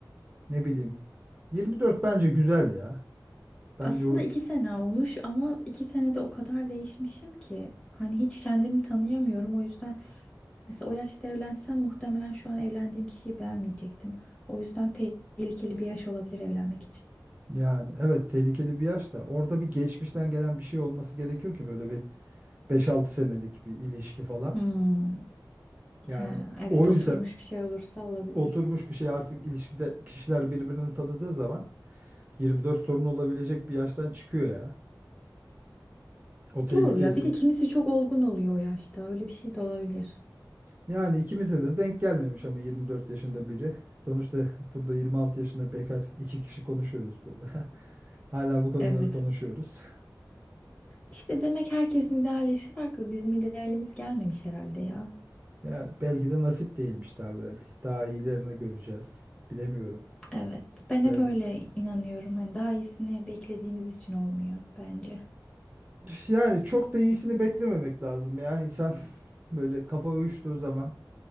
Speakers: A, on the right; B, on the left.
A: ne bileyim 24 bence güzel ya. Bence
B: Aslında
A: o
B: iki sene olmuş ama iki senede o kadar değişmişim ki. Hani hiç kendimi tanıyamıyorum. O yüzden mesela o yaşta evlensem muhtemelen şu an evlendiğim kişiyi beğenmeyecektim. O yüzden tehlikeli bir yaş olabilir evlenmek için.
A: yani evet tehlikeli bir yaş da orada bir geçmişten gelen bir şey olması gerekiyor ki böyle bir beş altı senelik bir ilişki falan.
B: Hmm.
A: Yani
B: Ha, evet
A: o
B: oturmuş
A: yüzden
B: bir şey olursa olabilir.
A: oturmuş bir şey artık ilişkide kişiler birbirini tanıdığı zaman 24 sorun olabilecek bir yaştan çıkıyor ya. O tehlikesi.
B: Doğru ya. Bir de kimisi çok olgun oluyor o yaşta. Öyle bir şey de olabilir.
A: Yani ikimize de denk gelmemiş ama 24 yaşında biri. Sonuçta <laughs> burada 26 yaşında bekar iki kişi konuşuyoruz burada. <laughs> Hala bu konuları
B: Evet.
A: konuşuyoruz. <laughs>
B: İşte demek herkesin ideal yaşı farklı. Bizim idealimiz gelmemiş herhalde ya.
A: Ya belki de nasip değilmiş daha belki. Daha iyilerini göreceğiz. Bilemiyorum.
B: Evet. Ben
A: Belki...
B: hep öyle inanıyorum. Hani daha iyisini beklediğimiz için olmuyor bence.
A: Üf, Yani çok da iyisini beklememek lazım ya. İnsan <laughs> böyle kafa uyuştuğu zaman